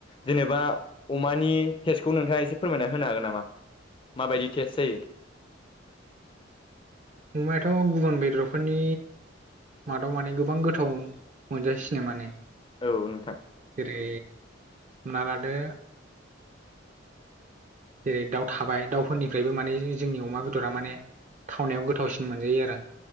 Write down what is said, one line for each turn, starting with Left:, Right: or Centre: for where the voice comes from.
Left: जेनेबा अमानि टेस्टखौ नोंथाङा एसे फोरमायना होनो हागोन नामा माबायदि टेस्ट जायो।
Right: अमायाथ' गुबुन बेदरफोरनि मादाव माने गोबां गोथाव मोनजासिनो माने
Left: औ नोंथां
Right: रे ना लादो जेरै दाउ थाबाय दाउफोरनिफ्रायबो माने जोंनि अमा बेदरा माने थावनायाव गोथावसिन मोनजायो आरो